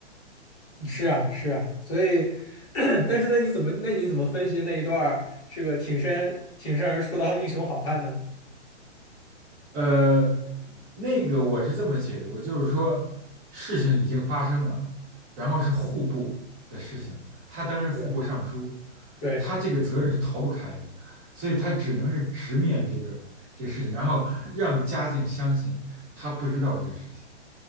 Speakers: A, on the left; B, on the right.
A: 是啊是啊，所以 <clears throat> 但是那你怎么那你怎么分析那一段儿这个挺身挺身而出的英雄好汉呢？
B: 呃，那个我是这么解读，就是说事情已经发生了，然后是户部的事情，他当然是户部尚书，
A: 对对，
B: 他这个责任是逃不开的，所以他只能是直面这个这个事情，然后让嘉靖相信他不知道这个事情，